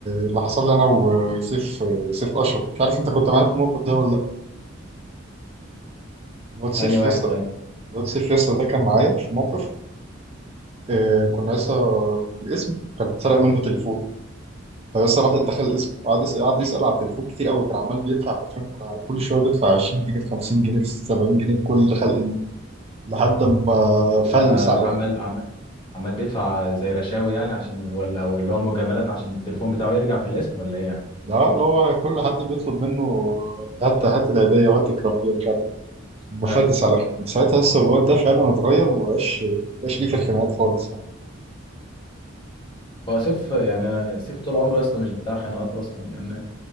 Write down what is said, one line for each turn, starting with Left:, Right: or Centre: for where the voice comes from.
Right: اللي حصل لنا وسيف آه، سيف اشرف مش عارف انت كنت معانا في الموقف ده ولا لا الواد سيف
Left: انهي واحد
Right: يسطا
Left: طيب
Right: الواد سيف يسطا ده كان معايا في موقف آه، كنا لسه الاسم كان اتسرق منه تليفون فبس راح دخل اسمه قعد يسأل قعد يسأل على التليفون كتير قوي وكان عمال بيدفع حرفيا كان كل شويه بيدفع 20 جنيه في 50 جنيه في 70 جنيه في كل خلق الله لحد ما فلس
Left: آه،
Right: على
Left: عمال
Right: الاخر
Left: عمال عمال بيدفع زي رشاوي يعني عشان ولا او اللي هو مجاملات عشان التليفون بتاعه يرجع في الاسم ولا ايه يعني
Right: لا اللي هو كل حد بيطلب منه هات هات العيدية وهات الكرامية مش عارف ايه مفلس
Left: هاي
Right: على الاخر من ساعتها لسه الواد ده فعلا اتغير وما بقاش بقاش ليه في الخناقات خالص يعني
Left: هو سيف يعني سيف طول عمره يا اسطى مش بتاع خناقات اصلا يعني